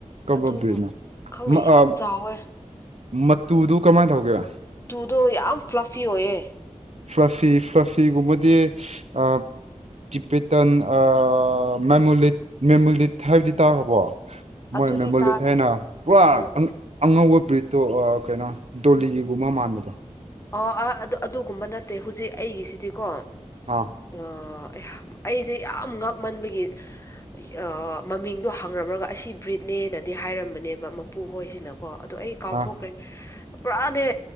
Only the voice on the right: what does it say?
ꯀꯝꯕ
ꯕ꯭ꯔꯤꯗꯅꯣ
ꯃꯥ
ꯑ
ꯃꯇꯨꯗꯨ ꯀꯃꯥꯏꯅ ꯇꯧꯒꯦ
ꯐ꯭ꯔꯥꯁꯤ ꯐ꯭ꯔꯥꯁꯤꯒꯨꯝꯕꯗꯤ ꯑ ꯇꯤꯄꯦꯇꯟ ꯑꯥ ꯃꯦꯃꯨꯂꯤꯠ ꯃꯦꯃꯨꯂꯤꯠ ꯍꯥꯏꯕꯗꯤ ꯇꯥꯈ꯭ꯔꯕꯣ ꯃꯣꯏ
ꯃꯦꯃꯣꯂꯤꯠ
ꯍꯥꯏꯅ ꯄꯨꯔꯥ
ꯑꯉꯧꯕ ꯕ꯭ꯔꯤꯇꯣ ꯑꯥ ꯀꯩꯅꯣ ꯗꯣꯂꯤꯒꯨꯝꯕ ꯃꯥꯟꯕꯗꯣ
ꯑꯥ
ꯑꯥ